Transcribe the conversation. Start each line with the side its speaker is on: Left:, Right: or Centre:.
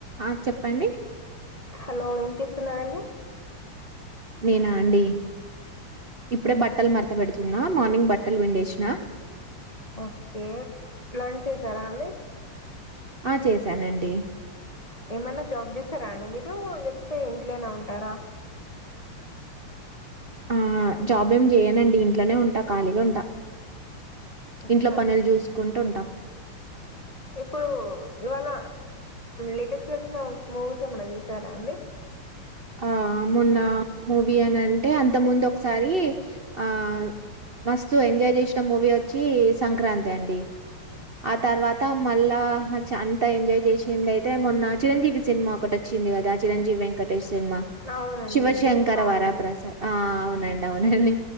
Right: ఆ చెప్పండి
Left: హలో ఏం చేస్తున్నారండి
Right: నేనా అండి ఇప్పుడే బట్టలు మరత పెడుతున్నా మార్నింగ్ బట్టలు విండేసినా
Left: ఓకే లంచ్ చేసారా అండి
Right: ఆ చేశానండి
Left: ఏమైన్నా జాబ్ చేస్తారా అండి మీరు లేకపోతే ఇంట్లోనే ఉంటారా
Right: ఆ జాబ్ ఏం చేయనండి ఇంట్లోనే ఉంటా ఖాళీగా ఉంటా
Left: అచ్చా
Right: ఇంట్లో పనులు
Left: అచ్చా
Right: చూసుకుంటూ ఉంటాం
Left: ఇప్పుడు ఇవాళ లేటెస్ట్ వచ్చిన మూవీస్ ఏమన్నా చూసారా అండి
Right: ఆ మొన్న మూవీ అని అంటే అంత ముందు ఒకసారి ఆ మస్తుత్ ఎంజాయ్ చేసిన మూవీ వచ్చి సంక్రాంతి అండి ఆ తర్వాత మళ్ళా అంత ఎంజాయ్ చేసింది అయితే మొన్న చిరంజీవి సినిమా ఒకటి వచ్చిద కదా చిరంజీవి వెంకట్ సినిమా
Left: అవునండి
Right: శివశంకర
Left: ఇద్దరిది కాము
Right: వరాప్రసాద్ ఆ అవునండి అవునండి